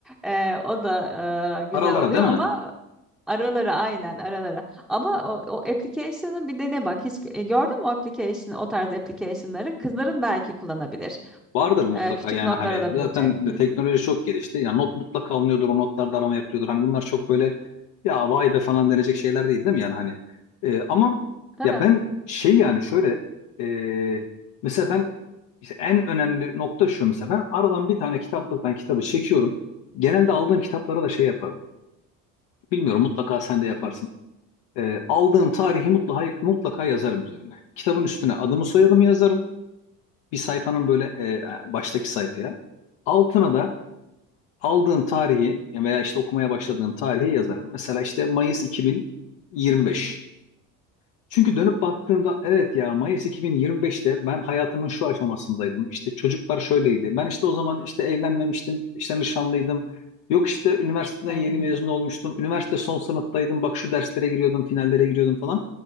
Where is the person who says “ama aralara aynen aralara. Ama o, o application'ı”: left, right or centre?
Centre